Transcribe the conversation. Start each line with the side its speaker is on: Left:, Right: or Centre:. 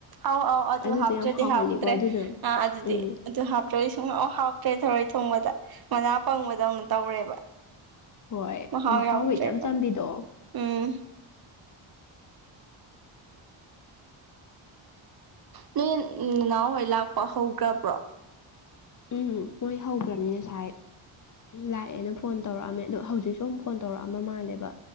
Right: ꯑꯧ ꯑꯧ ꯑꯗꯨ
Left: ꯑꯗꯨꯗꯣ
Right: ꯍꯥꯞꯇ꯭ꯔꯗꯤ
Left: ꯌꯥꯝ ꯍꯥꯎꯍꯜꯂꯤꯀꯣ
Right: ꯍꯥꯥꯎꯇ꯭ꯔꯦ
Left: ꯑꯗꯨꯗꯣ
Right: ꯑ ꯑꯗꯨꯗꯤ
Left: ꯎꯝ
Right: ꯑꯗꯨ ꯍꯥꯞꯇ꯭ꯔꯗꯤ ꯁꯨꯝ ꯍꯥꯎꯇ꯭ꯔꯦ ꯣꯏ ꯊꯣꯡꯕꯗ ꯃꯅꯥ ꯄꯪꯕꯗꯧꯅ ꯇꯧꯔꯦꯕ
Left: ꯍꯣꯏ
Right: ꯍ
Left: ꯃꯍꯥꯎꯒꯤ
Right: ꯌꯥꯎꯁꯦ
Left: ꯏꯆꯝ ꯆꯝꯕꯤꯗꯣ
Right: ꯎꯝ ꯅꯣꯏ ꯅꯍꯎ ꯍꯣꯏ ꯂꯥꯛꯄ ꯍꯧꯈ꯭ꯔꯕ꯭ꯔꯣ
Left: ꯎꯝ ꯃꯣꯏ ꯍꯧꯈ꯭ꯔꯕꯅꯤ ꯉꯁꯥꯏ ꯂꯥꯛꯑꯦꯅ ꯐꯣꯟ ꯇꯧꯔꯛꯑꯝꯃꯦ ꯑꯗꯣ ꯍꯧꯖꯤꯛꯁꯨ ꯑꯃꯝ ꯐꯣꯟ ꯇꯧꯔꯛꯑꯝꯕ ꯃꯥꯜꯂꯦꯕ